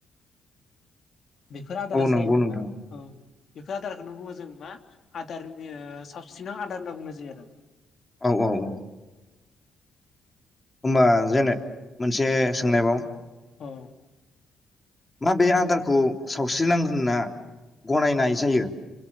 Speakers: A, on the left (about 55°); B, on the left (about 20°).
A: बेफोर आदारासो
B: औ नंगौ
A: जायोबाय
B: नोंथां
A: मा होनो औ बेफोर आदारखौनो बुङो जों मा आदारनि सावस्रिनां आदार होनना बुंनाय जायो आरो।
B: औ औ औ होमबा जेने मोनसे सोंनाय बाव
A: औ
B: माबे आदारखौ सावस्रिनां होनना गनायनाय जायो